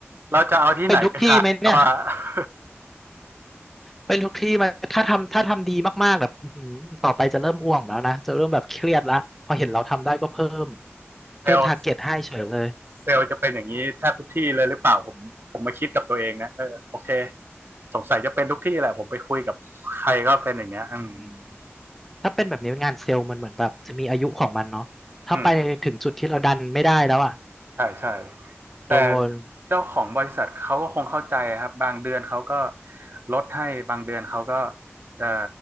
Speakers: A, on the right; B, in the centre.
A: เราจะเอาที่ไหนไปขายว่า
B: เป็นทุกที่ไหมเนี่ย
A: <laughs>
B: เป็นทุกที่ไหมถ้าทำถ้าทำดีมากๆแบบอื้อหือต่อไปจะเริ่มอ้วงแล้วนะจะเริ่มแบบเครียดละพอเห็นเราทำได้ก็เพิ่ม
A: เซลล์
B: เพิ่มทาร์เก็ตให้เฉยเลย
A: เซลล์จะเป็นอย่างนี้แทบทุกที่เลยหรือเปล่าผมผมมาคิดกับตัวเองนะเออโอเคสงสัยจะเป็นทุกที่แหละผมไปคุยกับใครก็เป็นอย่างเงี้ยอืม
B: อืมถ้าเป็นแบบนี้งานเซลล์มันเหมือนแบบจะมีอายุของมันเนาะถ้าไปถึงจุดที่เราดันไม่ได้แล้วอะ
A: อืม ใช่ใช่แต่
B: โดน
A: เจ้าของบริษัทเขาก็คงเข้าใจครับบางเดือนเขาก็ลดให้บางเดือนเขาก็เอ่อ